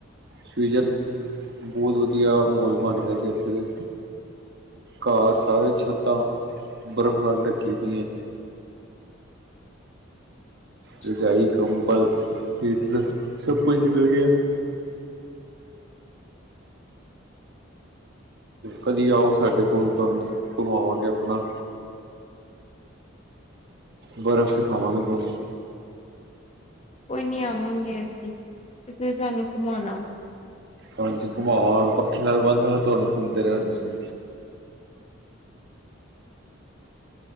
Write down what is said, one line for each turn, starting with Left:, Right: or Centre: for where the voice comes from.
Right: ਸੀਜ਼ਨ ਬਹੁਤ ਵਧੀਆ ਮਹੋਲ ਬਣ ਗਿਆ ਸੀ ਇੱਥੇ ਦੇ ਘਰ ਸਾਰੇ ਛੱਤਾਂ ਬਰਫ਼ ਨਾਲ ਢੱਕੀ ਗਈਆਂ।
Left: ਅੱਛਾ,
Right: ਰਜਾਈ, ਕੰਬਲ ਹੀਟਰ ਸਭ ਕੁਛ ਨਿਕਲ ਗਿਆ ਹੈ ਕਦੀ ਆਓ ਸਾਡੇ ਕੋਲ ਤੁਹਾਨੂੰ ਘੁਮਾਵਾਂਗੇ ਆਪਣਾ ਬਰਫ਼ ਦਿਖਾਵਾਂਗੇ ਤੁਹਾਨੂੰ
Left: ਕੋਈ ਨੀ ਆਵਾਂਗੇ ਅਸੀਂ ਤੇ ਫ ਸਾਨੂੰ ਘੁਮਾਣਾ
Right: ਹਾਂਜੀ ਘੁਮਾਵੰਗਾ ਪੱਖੇ ਨਾਲ ਬਣ ਦਾਨਗਾ ਤੁਹਾਨੂੰ ਘੁੰਮਦੇ ਰਹਿਣਾ ਤੁਸੀਂ